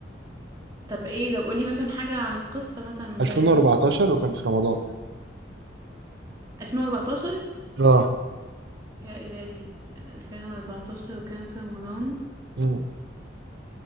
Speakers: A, on the right; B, on the right.
A: طب ايه طب قولي مثلا حاجة عن القصة مثلا من
B: 2014
A: بعيد
B: وكان في رمضان
A: 2014
B: اه
A: يا إلهي 2014 وكان في رمضان
B: مم.